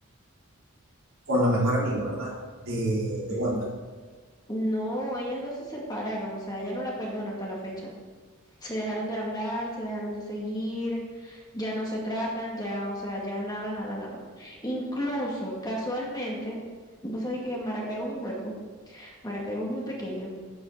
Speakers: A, on the right (about 60°); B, on the left (about 20°).
A: con la mejor amiga, ¿verdad? De, de
B: N-
A: Wanda.
B: No, ellas dos se separaron, o sea, ella no la perdona hasta la fecha. Se dejaron de hablar, se dejaron de seguir, ya no se tratan, ya, o sea, ya nada, nada, nada. Incluso, casualmente, vos sabés que Maracaibo es un hueco, Maracaibo es muy pequeño.